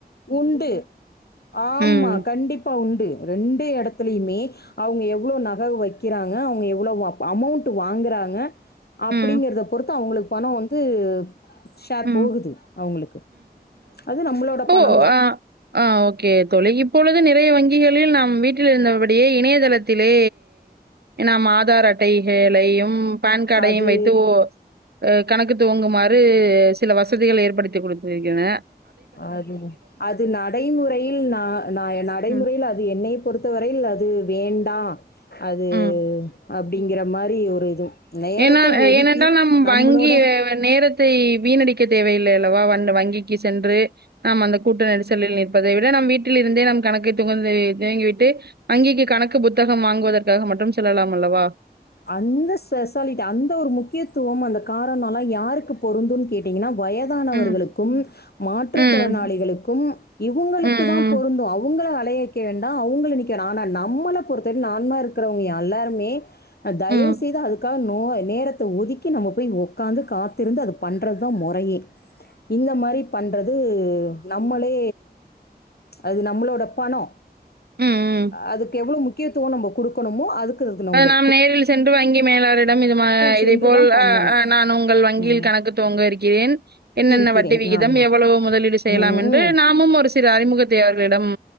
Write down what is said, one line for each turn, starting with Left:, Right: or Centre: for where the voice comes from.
Left: உண்டு ஆமா
Right: ம்.
Left: கண்டிப்பா உண் ரெண்டு இடத்துலயுமே அவங்க எவ்ளவு நகை வைக்கிறாங்க அவங்க எவ்வளவு அமௌண்ட் வாங்குறாங்க அப்படிங்கறத
Right: ம்.
Left: பொறுத்து அவங்களுக்கு பணம் வந்து ப ஷேர்
Right: ம்.
Left: போகுது அவங்களுக்கு அது நம்மளோட
Right: ஒ
Left: தான்.
Right: ஆ ஆ ஓகே தொலை இப்பொழுது நெ நிறைய வங்கிகளில் நாம் வீட்டில் இருந்தபடியே இணையதளத்திலே நாம் ஆ தார் அட்டைகளையும் பான் காடையும்
Left: அது
Right: வைத்து ஓ கணக்குத் துவங்குமாறு சில வசதிகள் ஏற்படுத்தி குடுத்திருக்கிறே
Left: அது அது நடைமுறையில் நா ந நடைமுறையில்
Right: ம்,
Left: அது என்னை பொறுத்த வரையில் அது வேண்டா அது
Right: ம்.
Left: அப்டிங்கிற மாரி ஒரு இது நேரத்த
Right: ஏனால்
Left: ஒதுக்கி
Right: ஏனென்றால் நம் வங்கி
Left: நம்மளோட
Right: நேரத் தை வீணடிக்க தேவையில்லை அல்லவா வண் வங்கிக்கு சென்று ஆமா அந்த கூட்ட நெரிசலில் நி பதை விட நம் வீட்டில் இருந்தே நம் கணக்கு துவந்து தேங்கிவிட்டு அங்கிக்கு கணக்கு புத்தகம் வாங்குவதற்காக மட்டும் செல்லலாம் அல்லவா
Left: அந்த ஸெஸாலிட்டி அந்த ஒரு முக்கியத்துவம் அந்த காரணொல்லா யாருக்கு பொருந்துன் கேட்டீங்கன்னா வயதானவர்களுக்கும்
Right: ம்,
Left: மாற்றுத்திறனாளிகளுக்கும்
Right: ம்,
Left: இவுங்களுக்கு
Right: ம், ம்,
Left: தா பொருந்து அவுங்கள லையெக்க வேண்டா அவுங்கள நிக்க னா நா நம்மள பொறுத்த நான்மாருக்றவுங்க எல்லாருமே அ தயவுசெய்து
Right: ம்,
Left: அதுக்காக நோ நேரத்த ஒதுக்கி நம்ம போய் ஒக்காந்து காத்திருந்து அத பண்றதா மொறையே இந்த மாரி பண்ற து நம்மளே அது நம்ளோட பணொ
Right: ம், ம்.
Left: அதுக்கு எவ்ளோ முக் முக்கியத்துவொ நம்ப குடுக்கணுமோ அதுக் க்குறது நம்பொ
Right: அ நாம் நேரில் சென்று வங்கி மேலாளரிடம் இது மா
Left: சென்றுதான்
Right: இதே போல்
Left: பண்ணணும்
Right: அ அ நா உங்கள் வங்கியில்
Left: ம்
Right: கணக்கு துவங்க இருக்கிறேன் என்னென்ன
Left: இருக்கிறேன்
Right: வட்டி விகிதம்
Left: ஆமா
Right: எவ்வளோ முதலீடு செய்யலாம்
Left: ம்
Right: என்று
Left: ம்
Right: நாமும் ஒரு சிறு அறிமுகத்தை அவர்களிடம்